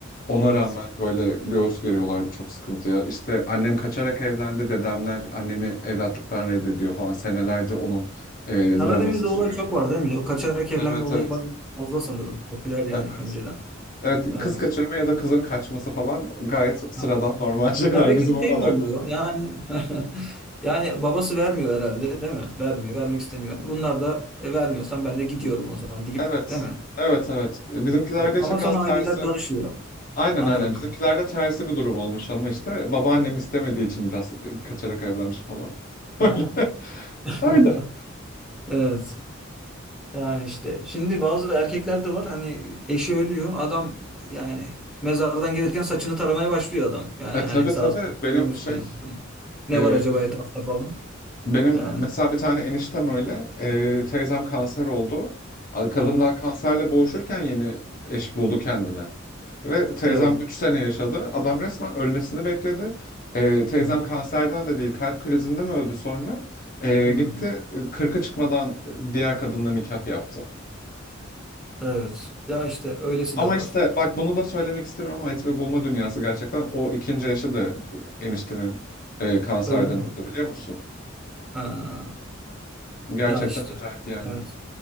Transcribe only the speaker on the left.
Ona
rağmen böyle göğüs geriyorlar birçok sıkıntıya. İşte annem kaçarak evlendi dedemler annemi evlatlıktan reddediyor falan senelerce onun e,
draması sürüyor.
Evet
evet
evet
Evet,
kız kaçırma ya da kızın kaçması falan gayet sıradan
normal <laughs> şeyler
bizim
oralarda.
Evet.
Evet evet. Bizimkilerde
işte
biraz
tersi.
Aynen
aynen. Bizimkilerde tersi bir durum olmuş ama işte babaannem istemediği için biraz e, kaçarak evlenmiş falan. <laughs> Öyle.
Öyle.
E
tabii
tabii
benim
şey
e,
benim
mesela bir tane eniştem öyle e, teyzem kanser oldu. A- Kadın
daha kanserle boğuşurken yeni eş buldu kendine. Ve teyzem
3 sene yaşadı. Adam resmen ölmesini bekledi. Ee, teyzem
kanserden de değil kalp krizinden öldü sonra. Ee,
gitti 40'a çıkmadan diğer kadınla nikah yaptı.
Ama
işte bak bunu da söylemek istemiyorum ama etme bulma dünyası gerçekten. O ikinci eşi de eniştenin e, kanserden
öldü biliyor musun?
Gerçekten
acayip yani.